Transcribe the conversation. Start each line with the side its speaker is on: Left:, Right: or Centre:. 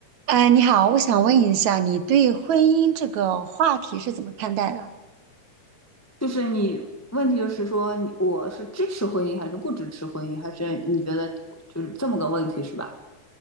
Right: 哎，你好，我想问一下，你对婚姻这个话题是怎么看待的？
Left: 就是你问题就是说你我是支持婚姻还是不支持婚姻，还是你觉得就是这么个问题是吧？